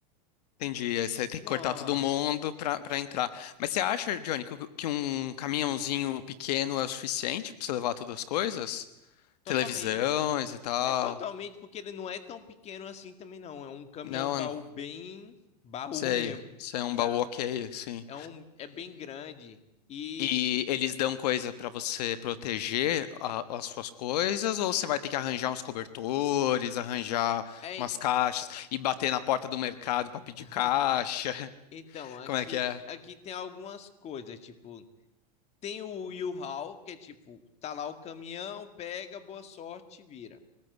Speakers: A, on the left; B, on the left.
A: Entendi. Aí você tem
B: Nossa.
A: que cortar todo mundo pra, pra entrar. Mas você acha, Johnny, que, que um caminhãozinho pequeno é o suficiente pra você levar todas as coisas?
B: Totalmente.
A: Televisões e tal?
B: É totalmente porque ele não é tão pequeno assim também, não. É um caminhão
A: Não,
B: baú bem baú
A: sei.
B: <laughs> mesmo,
A: Isso é um
B: sabe?
A: baú ok, assim.
B: É um é bem grande e
A: E eles dão coisa pra você proteger a- as suas coisas, ou você vai ter que arranjar uns cobertores, arranjar
B: é
A: umas caixas e bater na porta do mercado pra pedir
B: <laughs>
A: caixa? <laughs>
B: então aqui
A: Como é que é?
B: aqui tem algumas coisas, tipo, tem o U-Haul, que é tipo, tá lá o caminhão, pega, boa sorte, vira.